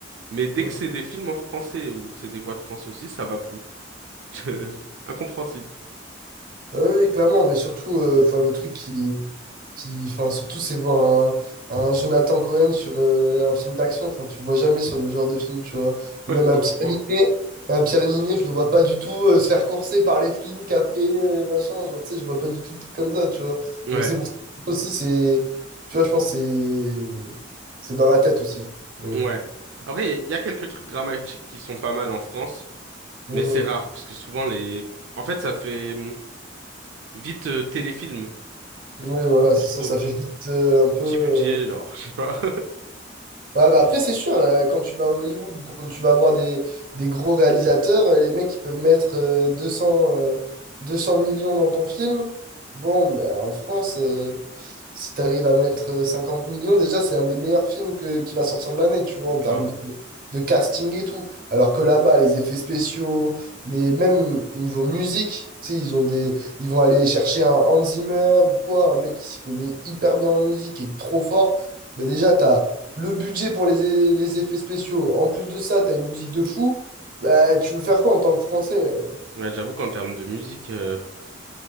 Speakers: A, on the right; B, on the right.
A: Mais dès
B: ouais.
A: que c'est des films en français ou c'est des voix de France aussi, ça va plus. <laughs> Incompréhensible,
B: Ah Oui, oui, clairement, mais surtout, euh, enfin, le truc qui, qui, enfin, surtout, c'est voir un, un Jonathan Cohen sur euh, un film d'action. Enfin, tu le vois jamais sur ce genre de film, tu vois.
A: <laughs>
B: Ou même un
A: heureusement.
B: Pierre Niney, un Pierre Niney, je le vois pas du tout euh, se faire courser par les flics après, euh, machin. Genre, tu sais, je vois pas du tout de trucs comme ça, tu vois.
A: Ouais.
B: Donc, c'est pour ça aussi, c'est, tu vois, je pense que c'est, c'est dans la tête aussi. Mais bon.
A: Ouais. Après, il y a quelques trucs dramatiques qui sont pas mal en France,
B: Mhm.
A: mais c'est rare parce que souvent les. En fait, ça fait hum, vite euh, téléfilm,
B: Oui, voilà,
A: je
B: c'est
A: trouve.
B: ça, ça fait vite euh, un peu.
A: Petit
B: euh,
A: budget, genre, <laughs> je sais pas.
B: bah bah après, c'est sûr, euh, quand tu vas à Hollywood ou quand tu vas voir des, des gros réalisateurs, euh, les mecs, ils peuvent mettre euh, 200, euh, 200 millions dans ton film. Bon, bah, en France, euh, si tu arrives à mettre euh, 50 millions, déjà, c'est un des meilleurs films que, qui va sortir de l'année, tu vois,
A: Donc,
B: en
A: Grave.
B: termes de, de casting et tout. Alors que là-bas, les effets spéciaux, les même niveau musique, tu sais, ils ont des, ils vont aller chercher un Hans Zimmer ou quoi, un mec qui s'y connaît hyper bien en musique et trop fort. Mais déjà, tu as le budget pour les, é- les effets spéciaux. En plus de ça, t'as une musique de fou. Bah, tu veux faire quoi en tant que Français?
A: Ouais, j'avoue qu'en termes de musique, euh,